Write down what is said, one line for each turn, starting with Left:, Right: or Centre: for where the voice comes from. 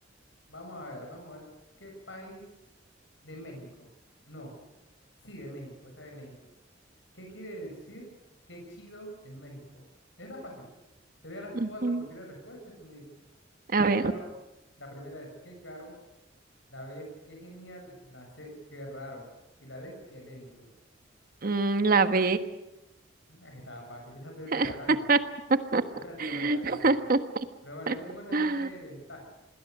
Left: Vamos a ver, vamos a ver qué país de México. No, sí, de México, esta de México. ¿Qué quiere decir qué chido en México? Está fácil. Te voy a dar las
Right: Ujú.
Left: cuatro posibles respuestas y tú me dices,
Right: A
Left: qué
Right: ver,
Left: caro. La primera es qué caro. La B es qué genial, la C qué raro y la D qué lento.
Right: mm, la B.
Left: Ah, que estaba fácil, yo la estoy
Right: <laughs>
Left: regalando, yo la estoy regalando. Pero bueno, es es bueno dejarle ventaja